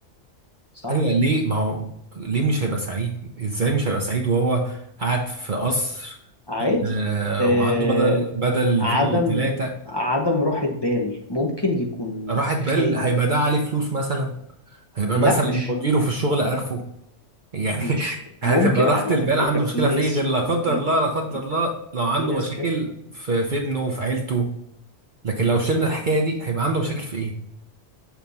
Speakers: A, on the left; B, on the right.
A: صح
B: ايوه ليه ما هو ليه مش هيبقى سعيد ازاي مش هيبقى سعيد وهو قاعد في قصر
A: عادي
B: آه
A: آه
B: وعنده بدل بدل الفيلا
A: عدم
B: ثلاثه
A: عدم راحة بال ممكن يكون
B: راحت بال
A: خايف
B: هيبقى ده عليه فلوس مثلا هيبقى
A: لا
B: مثلا
A: مش
B: مديره في الشغل عارفه يعني
A: مش
B: <laughs>
A: ممكن
B: هتبقى راحة
A: على
B: البال عنده
A: فكرة في
B: مشكلة
A: ناس
B: في ايه غير لا قدر
A: في
B: الله لا قدر
A: في,
B: الله لو عنده
A: في ناس
B: مشاكل
A: كده
B: في في ابنه وفي عيلته لكن لو شلنا الحكاية دي هيبقى عنده مشاكل في ايه